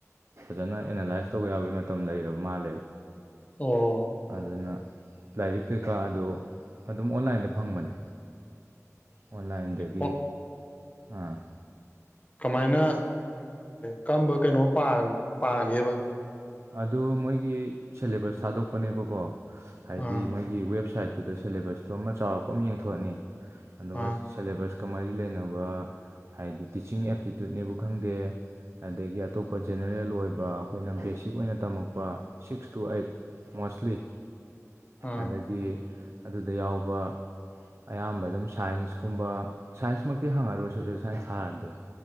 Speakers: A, on the right; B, on the left.
A: ꯐꯖꯅ ꯑꯦꯅꯥꯂꯥꯏꯁ ꯇꯧꯕ ꯌꯥꯕꯒꯤ ꯃꯇꯝ ꯂꯩꯔꯕ ꯃꯥꯜꯂꯦꯕ
B: ꯑꯣ
A: ꯑꯗꯨꯅ ꯂꯥꯏꯔꯤꯛ ꯀꯩꯀꯥꯗꯣ ꯑꯗꯨꯝ ꯑꯣꯟꯂꯥꯏꯟꯗ ꯐꯪꯕꯅꯦ ꯑꯣꯟꯂꯥꯏꯟꯗꯒꯤ
B: ꯑꯣ
A: ꯑꯥ
B: ꯀꯃꯥꯏꯅ ꯀꯔꯝꯕ ꯀꯩꯅꯣ ꯄꯥꯒꯦꯕ
A: ꯑꯗꯨ ꯃꯣꯏꯒꯤ ꯁꯦꯂꯦꯕꯁ ꯊꯥꯗꯣꯛꯄꯅꯦꯕꯀꯣ ꯍꯥꯏꯗꯤ
B: ꯑꯥ
A: ꯃꯣꯏꯒꯤ ꯋꯦꯕꯁꯥꯏꯠꯇꯨꯗ ꯁꯦꯂꯦꯕꯁꯇꯨ ꯑꯃ ꯆꯥꯎꯔꯛꯄ ꯑꯃ ꯌꯦꯡꯊꯣꯛꯑꯅꯤ ꯑꯗꯨꯒ
B: ꯑꯥ
A: ꯁꯦꯂꯦꯕꯁꯀ ꯃꯔꯤ ꯂꯩꯅꯕ ꯍꯥꯏꯗꯤ ꯇꯤꯆꯤꯡ ꯑꯦꯞꯇꯤꯇ꯭ꯌꯨꯠꯅꯦꯕꯨ ꯈꯪꯗꯦ ꯑꯗꯒꯤ ꯑꯇꯣꯞꯄ ꯖꯦꯅꯔꯦꯜ ꯑꯣꯏꯕ ꯑꯗꯨꯒ ꯑꯈꯣꯏꯅ ꯕꯦꯁꯤꯛ ꯑꯣꯏꯅ ꯇꯝꯃꯛꯄ ꯁꯤꯛꯁ ꯇꯨ ꯑꯩꯠ ꯃꯣꯁꯂꯤ
B: ꯑꯥ
A: ꯑꯗꯒꯤ ꯑꯗꯨꯗ ꯌꯥꯎꯕ ꯑꯌꯥꯝꯕ ꯑꯗꯨꯝ ꯁꯥꯏꯟꯁꯀꯨꯝꯕ ꯁꯥꯏꯟꯁꯃꯛꯇꯤ ꯍꯪꯉꯔꯣꯏ ꯁꯣꯁꯦꯜ ꯁꯥꯏꯟꯁ ꯊꯥꯔꯗꯤ